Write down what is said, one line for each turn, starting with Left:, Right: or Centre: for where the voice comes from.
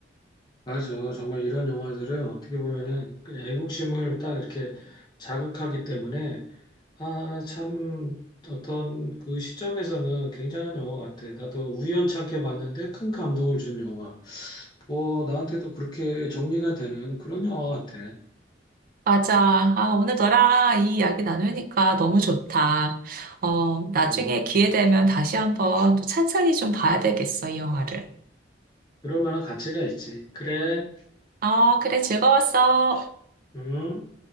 Left: 맞아. 정말 이런 영화들은 어떻게 보면은 그냥 애국심을 딱 이렇게 자극하기 때문에 아, 참 어떤 그 시점에서는 굉장한 영화 같아. 나도 우연찮게 봤는데 큰 감동을 준 영화. 어, 나한테도 그렇게 정리가 되는 그런 영화 같아.
Right: 맞아. 아, 오늘 너랑 이 이야기 나누니까 너무 좋다. 어, 나중에
Left: 음,
Right: 기회 되면 다시 한번 또 찬찬히 좀 봐야 되겠어, 이 영화를.
Left: 그럴 만한 가치가 있지. 그래.
Right: 어, 그래, 즐거웠어.
Left: 음.